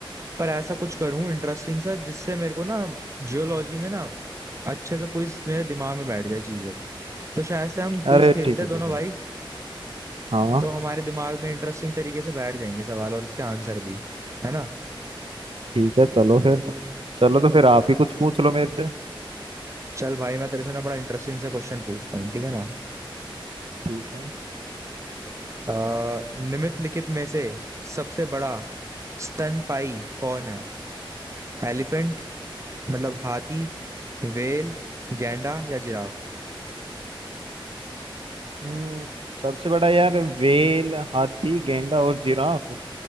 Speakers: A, on the right (about 35°); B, on the right (about 80°).
A: पर ऐसा कुछ करूं इंटरेस्टिंग सा जिससे मेरे को ना जियोलॉजी में ना अच्छे से क्विज मेरे दिमाग में बैठ जाए चीजें तो शायद से हम क्विज
B: अरे
A: खेलते
B: ठीक
A: हैं
B: है ठीक
A: दोनों
B: है
A: भाई
B: हाँ
A: तो हमारे दिमाग में इंटरेस्टिंग तरीके से बैठ जाएंगे सवाल और उसके आंसर भी है ना
B: ठीक है चलो फिर चलो तो फिर आप ही कुछ पूछ लो मेरे से
A: चल भाई मैं तेरे से ना बड़ा इंटरेस्टिंग सा क्वेश्चन पूछता हूँ ठीक है ना
B: ठीक है
A: अ, निम्नलिखित में से सबसे बड़ा स्तनपायी कौन है एलिफेंट मतलब हाथी वेल गैंडा या जिराफ
B: हम्म सबसे बड़ा यार वेल हाथी गेंडा और जिराफ